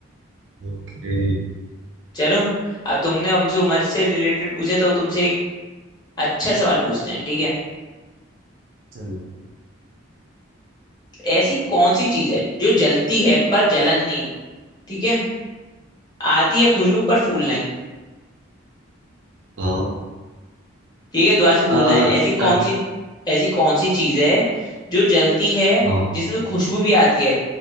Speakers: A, on the right (about 65°); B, on the left (about 20°).
A: ओके <laughs>
B: चलो अब तुमने हमसे उम्र से रिलेटेड पूछे तो तुमसे एक अच्छा सवाल पूछते हैं ठीक है
A: चलो
B: ऐसी कौन सी चीज है जो जलती है पर जलन नहीं ठीक है आती है खुशबू पर फूल नहीं
A: हाँ
B: ठीक है दोबारा से पूछते
A: आ,
B: हैं ऐसी कौन
A: आ,
B: सी ऐसी कौन सी चीज है जो जलती है
A: हाँ
B: जिसमें खुशबू भी आती है